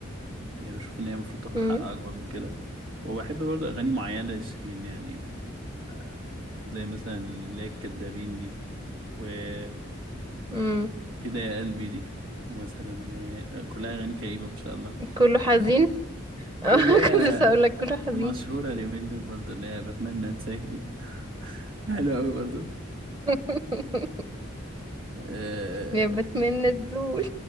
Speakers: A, on the right (about 85°); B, on the right (about 20°).
A: يعني بشوف ان هي المفروض تاخد
B: مم.
A: حق اكبر من كده وبحب برضه اغاني معينه لشيرين يعني آه، زي مثلا اللي هي الكدابين دي وكده
B: مم.
A: يا قلبي دي ومثلا آه، كلها اغاني كئيبه ما شاء الله
B: كله حزين اه
A: واللي
B: <laughs>
A: هي
B: كنت لسه هقول لك كله حزين
A: المشهوره
B: كده
A: اليومين دول برضه اللي هي بتمنى انساك دي <laughs> حلوه قوي برضه
B: <laughs>
A: آه
B: يا بتمنى تزول